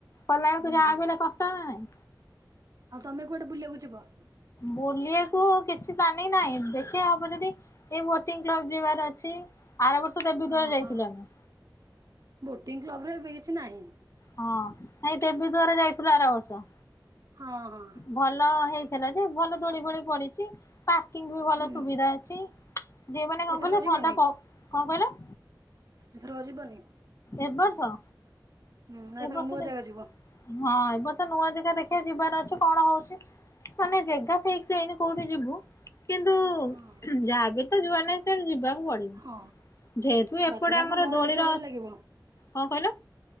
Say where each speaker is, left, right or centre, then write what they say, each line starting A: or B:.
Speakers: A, on the left; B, on the right.
A: କଲାବେଳକୁ
B: ହୁଁ
A: ଯାହାବି
B: ହୁଁ
A: ହେଲେ
B: ହୁଁ।
A: କଷ୍ଟ ନା ନାଇଁ।
B: ଆଉ ତମେ କୁଆଡେ ବୁଲିବାକୁ ଯିବ?
A: ବୁଲିବାକୁ କିଛି ପ୍ଲାନିଂ ନାହିଁ ଦେଖିଆ ହବ ଯଦି ଏଇ ବୋଟିଂ କ୍ଲବ ଯିବାର ଅଛି, ଆର ବର୍ଷ ଦେବୀଦ୍ୱାର
B: ଓହୋ
A: ଯାଇଥିଲୁ ଆମେ।
B: ବୋଟିଂ କ୍ଲବରେ ଏବେ କିଛି ନାହିଁ।
A: ହଁ ନାଇଁ ଦେବୀଦ୍ୱାର ଯାଇଥିଲୁ ଆର ବର୍ଷ।
B: ହଁ ହଁ।
A: ଭଲ ହେଇଥିଲା ଯେ ଭଲ ଦୋଳି ଫୋଳି ପଡିଛି ପାର୍କିଂ ବି ଭଲ
B: ହୁଁ
A: ସୁବିଧା ଅଛି। ଯେ ମାନେ କଣ
B: ଏଥରକ
A: କହିଲ
B: ଯିବନି
A: ଥଣ୍ଡା କ କଣ କହିଲ?
B: ଏଥରକ ଯିବନି?
A: ଏ ବର୍ଷ।
B: ହୁଁ ଏଥର
A: ଏ ବର୍ଷ
B: ନୂଆ
A: ଦେ,
B: ଜାଗା ଯିବ
A: ହଁ ଏ ବର୍ଷ ନୂଆ ଯେଗା ଦେଖିବା ଯିବାର ଅଛି, କଣ ହଉଛି? ମାନେ, ଜେଗା ଫିକ୍ସ୍ ହେଇନି କୋଉଠି ଯିବୁ? କିନ୍ତୁ,
B: ହଁ
A: ଯାହାବି ତ ଯୁଆଡେ ନାହିଁ, ସିଆଡେ ଯିବାକୁ ପଡିବ।
B: ହଁ,
A: ଯେହେତୁ ଏପଟେ
B: ରଜରେ ଆଉ
A: ଆମର
B: କଁ, ଘରେ
A: ଦୋଳିର
B: ବସିଆକୁ ଭଲ ଲାଗିବ?
A: କଣ କହିଲ